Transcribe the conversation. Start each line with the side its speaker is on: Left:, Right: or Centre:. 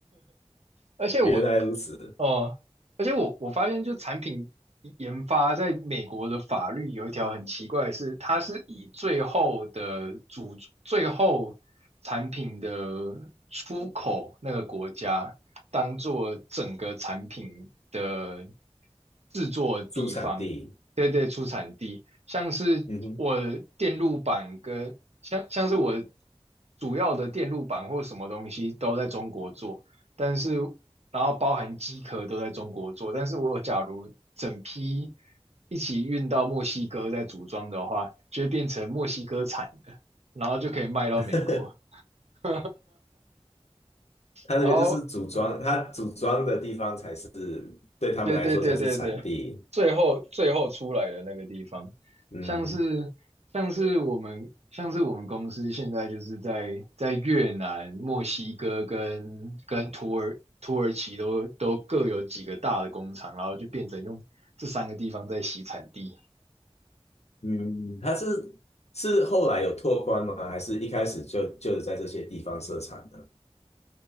Left: <laughs>
Right: 而且我
Left: 原来如此，
Right: 哦，而且我我发现，就产品研发在美国的法律有一条很奇怪的是，它是以最后的主最后产品的出口那个国家当做整个产品的制作地方，
Left: 出产地，
Right: 对对，出产地，像是我的电路板跟像像是我
Left: 嗯
Right: 主要的电路板或什么东西都在中国做。但是然后包含机壳都在中国做，但是我假如整批一起运到墨西哥再组装的话，就会变成墨西哥产的，然后就可以卖到美国。
Left: 哼，<laughs>
Right: <laughs>
Left: 它那个就是组装，
Right: 然后，嗯，
Left: 它组装的地方才是对他们来说才是产地。
Right: 对对对对对，最后最后出来的那个地方，
Left: 嗯
Right: 像是像是我们像是我们公司现在就是在在越南、墨西哥跟跟土耳土耳其都都各有几个大的工厂，然后就变成用这三个地方在洗产地。
Left: 嗯，它是是后来有拓宽吗？还是一开始就就是在这些地方设厂的？